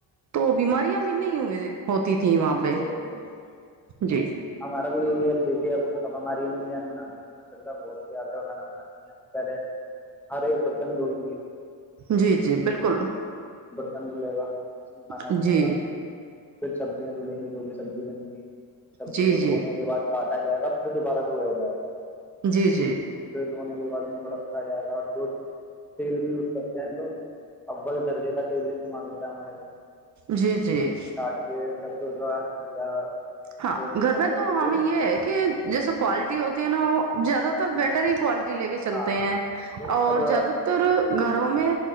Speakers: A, on the right; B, in the centre.
A: تو بیماریا بھی نہیں ہوئے ہوتی تھیں وہاں پہ
B: د سک د سک
A: جی
B: ہمارا بھی ایریا دیکھ اب ہماری جان مناتی ہیں ماشاء اللہ بہت پیار کھانا بناتی ہیں ا پہلے ہرے برتن دھوئیں گے وہ
A: جی جی بالکل
B: چنڈ لے گا جس میں کھانا
A: جی
B: بنے گا پھر سبزیا دولیا جو بھی سبزی بنے گی سبزی
A: جی
B: کو
A: جی
B: دھونے کے بعد کاٹا جائے گا پھر دوبارہ دوایا جائے گا
A: جی جی
B: پھر دھونے کے بعد ان کو رکھا جائے گا اور جو تیل بھی یوز کرتے ہیں تو اول درجے کا تیل استعمال ہوتا ہے ہمارے گھر میں
A: جی
B: نا
A: جی
B: کاٹ کے سب دور دوار یا
A: ہاں
B: فورچون
A: گھر
B: وغیرہ
A: پہ تو
B: جو
A: ہمیں
B: بھی ہو
A: یہ ہے کہ جیسے کوالٹی ہوتی ہے نا وہ زیادہ تر بیٹری لے کے چلتے
B: ہاں ہاں
A: ہیں
B: وہ
A: اور
B: سب
A: زیادہ تر گھروں میں